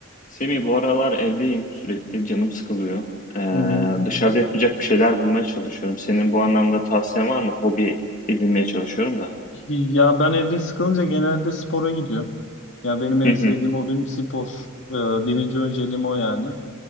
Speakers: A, on the left; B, on the left.
A: Semih bu aralar evdeyim sürekli canım sıkılıyor. Ee,
B: Hı.
A: dışarıda yapacak bir şeyler bulmaya çalışıyorum. Senin bu anlamda tavsiyen var mı? Hobi edinmeye çalışıyorum da.
B: Ya ben evde sıkılınca genelde spora gidiyorum. Ya benim en
A: Hı hı.
B: sevdiğim hobim spor. Ee, birinci önceliğim o yani.